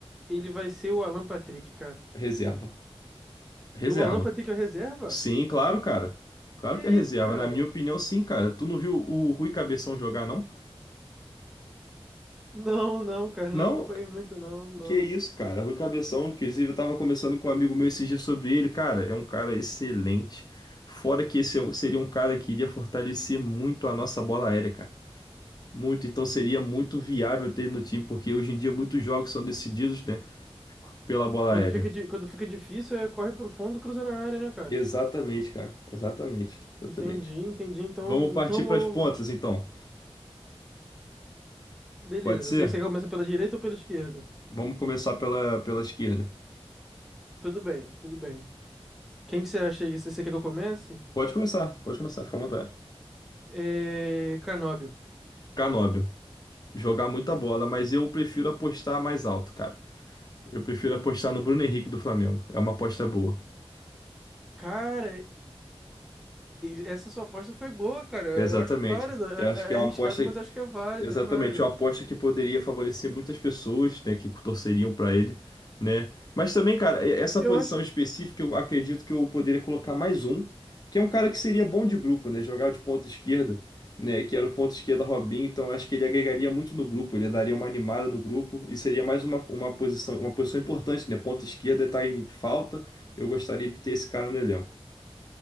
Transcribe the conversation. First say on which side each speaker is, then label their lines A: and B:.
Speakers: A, in the centre; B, on the left.
A: ele vai ser o Alan Patrick, cara.
B: Reserva. Reserva.
A: O Lampard tem que é reserva?
B: Sim, claro, cara. Claro
A: Que isso,
B: que é reserva.
A: cara?
B: Na minha opinião, sim, cara. Tu não viu o Rui Cabeção jogar, não?
A: Não, não, cara,
B: Não?
A: não acompanhei muito, não, não.
B: Que isso, cara. Rui Cabeção, inclusive, eu tava conversando com um amigo meu esses dias sobre ele. Cara, é um cara excelente. Fora que esse é um- seria um cara que iria fortalecer muito a nossa bola aérea, cara. Muito, então seria muito viável ter ele no time, porque hoje em dia muitos jogos são decididos, né, pela bola
A: Quando
B: aérea.
A: fica, di- quando fica difícil, é corre pro fundo, cruza na área, né, cara?
B: Exatamente, cara. Exatamente. Exatamente.
A: Entendi, entendi. Então,
B: Vamos partir
A: então bom,
B: para as pontas,
A: mano.
B: então.
A: Beleza.
B: Pode ser?
A: Você, você começa pela direita ou pela esquerda?
B: Vamos começar pela, pela esquerda.
A: Tudo bem, tudo bem. Quem que você acha aí? Você você quer que eu comece?
B: Pode começar, pode começar, fica à vontade.
A: É... Canóbio.
B: Canóbio. Jogar muita bola, mas eu prefiro apostar mais alto, cara. Eu prefiro apostar no Bruno Henrique do Flamengo. É uma aposta boa.
A: Cara, é- essa sua aposta foi boa, cara. Eu
B: Exatamente.
A: acho válida.
B: Eu acho que
A: É
B: é
A: é
B: uma
A: arriscado,
B: aposta,
A: mas acho que é válido,
B: exatamente,
A: é válido.
B: é uma aposta que poderia favorecer muitas pessoas, né, que torceriam para ele, né? Mas também, cara, e- essa
A: Eu
B: posição
A: acho.
B: específica, eu acredito que eu poderia colocar mais um, que é um cara que seria bom de grupo, né? Jogar de ponta esquerda, né? Que era o ponta esquerda Robinho, então acho que ele agregaria muito no grupo, ele daria uma animada no grupo e seria mais uma, uma posição, uma posição importante, né? Ponta esquerda tá em falta. Eu gostaria de ter esse cara no elenco.